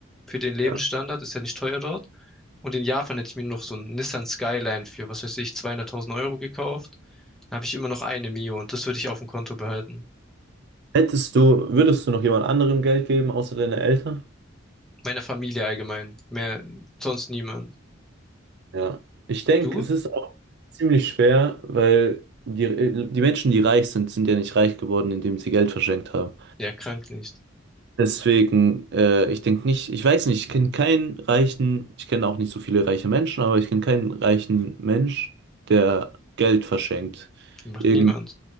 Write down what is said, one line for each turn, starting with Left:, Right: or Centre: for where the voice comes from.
Centre: Für den Lebensstandard
Right: Ja.
Centre: ist ja nicht teuer dort. Und in Japan hätte ich mir noch so einen Nissan Skyline für, was weiß ich, 200.000 Euro gekauft. Dann habe ich immer noch eine Mio und das würde ich auf dem Konto behalten.
Right: Hättest du, würdest du noch jemand anderem Geld geben, außer deine Eltern?
Centre: Meiner Familie allgemein. Mehr, sonst niemand.
Right: Ja. Ich denke,
Centre: Du?
Right: es ist auch ziemlich schwer, weil die, äh, die Menschen, die reich sind, sind ja nicht reich geworden, indem sie Geld verschenkt haben.
Centre: Ja, krank nicht.
Right: Deswegen, äh, ich denke nicht, ich weiß nicht, ich kenne keinen reichen, ich kenne auch nicht so viele reiche Menschen, aber ich kenne keinen reichen Mensch, der Geld verschenkt.
Centre: Macht
Right: Irgend,
Centre: niemand.